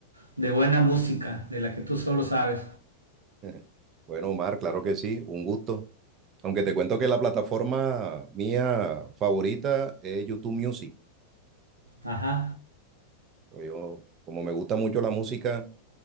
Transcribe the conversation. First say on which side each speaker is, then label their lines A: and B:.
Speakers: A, on the right (about 85°); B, on the right (about 30°).
A: de buena música, de la que tú solo sabes.
B: <laughs> Bueno, Omar, claro que sí, un gusto. Aunque te cuento que la plataforma mía favorita es YouTube Music.
A: Ajá,
B: Yo, como me gusta mucho la música,